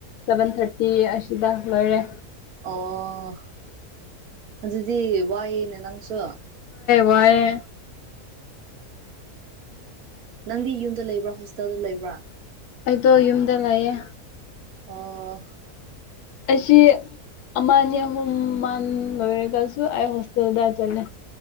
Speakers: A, on the left; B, on the right.
A: ꯁꯕꯦꯟ ꯊꯥꯔꯇꯤ ꯁꯤꯗ ꯂꯣꯏꯔꯦ
B: ꯑꯣ ꯑꯗꯨꯗꯤ ꯋꯥꯏꯅꯦ ꯅꯪꯁꯨ
A: ꯋꯥꯢꯌꯦ
B: ꯅꯪꯗꯤ ꯌꯨꯝꯗ ꯂꯩꯕ꯭ꯔꯥ ꯍꯣꯁꯇꯦꯜꯗ ꯂꯩꯕ꯭ꯔꯥ
A: ꯑꯩꯗꯣ ꯌꯨꯝꯗ ꯂꯩꯌꯦ
B: ꯑꯣ
A: ꯑꯁꯤ ꯑꯃ ꯑꯅꯤ ꯑꯍꯨꯝ ꯃꯜ ꯂꯣꯏꯔꯒꯁꯨ ꯑꯩ ꯍꯣꯁꯇꯦꯜꯗ ꯆꯠꯂꯦ